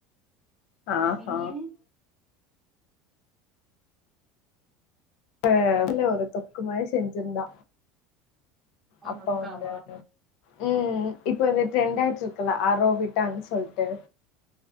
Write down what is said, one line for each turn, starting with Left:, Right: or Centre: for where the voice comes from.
Left: ஆ
Right: நீயி
Left: அ அ இதுல ஒரு தொக்குமாரிச் செஞ்சிருந்தா
Right: உங்க
Left: அப்போ
Right: அக்காவா
Left: அந்த உம் இப்ப இது ட்ரெண்ட் ஆயிட்டுருக்குல ஆரோப்பிட்டானு சொல்லிட்டு